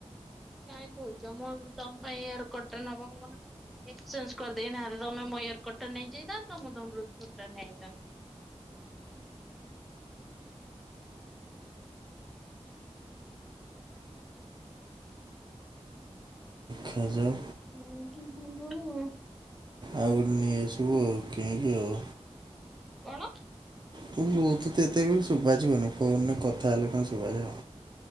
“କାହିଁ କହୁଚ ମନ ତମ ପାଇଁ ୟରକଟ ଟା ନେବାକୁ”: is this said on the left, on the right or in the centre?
Centre